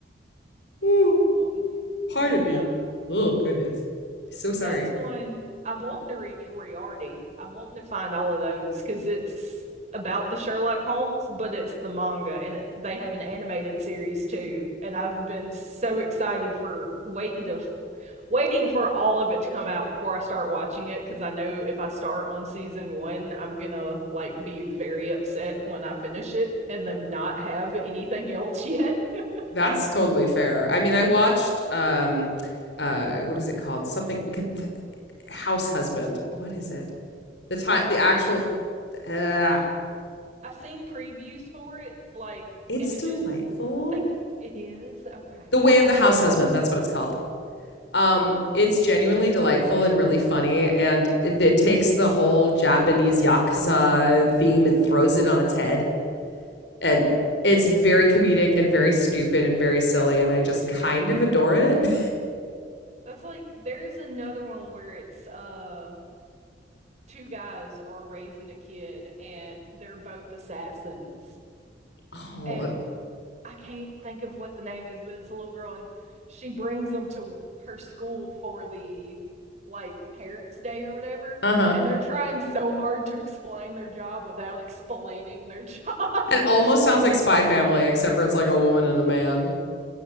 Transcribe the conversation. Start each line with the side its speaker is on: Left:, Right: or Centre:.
Left: Ooh,
Right: Um,
Left: pardon
Right: but yeah.
Left: me. Oh goodness. So sorry.
Right: that's one I'm wanting to read Moriarty. I'm wanting to find all of those because it's about the Sherlock Holmes, but it's the manga and it they have an animated series too. And I've been so excited for waiting to waiting for all of it to come out before I start watching it because I know if I start on season one, I'm gonna like be very upset when I finish it and them not have anything else yet. <laughs>
Left: That's totally fair. I mean, I watched um uh what is it called? Something con- th- House Husband. What is it? The time the actual
Right: I've
Left: uh
Right: I've seen previews for it, like
Left: it's
Right: images.
Left: delightful.
Right: I think it is. Okay.
Left: The Way of the House Husband, that's what it's called. Um, it's genuinely delightful and really funny, and it takes the whole Japanese yakuza theme and throws it on its head. And it's very comedic and very stupid and very silly, and I just kind of adore it. <laughs>
Right: That's like there's another one where it's uh two guys are raising a kid and they're both assassins.
Left: Oh,
Right: And I can't think of what the name is, but it's a little girl and she brings them to her school for the like parents day or whatever
Left: uh-huh.
Right: and they're trying so hard to explain their job without explaining their job
Left: It
Right: <laughs>
Left: almost sounds like Spy Family, except for it's like a woman and a man.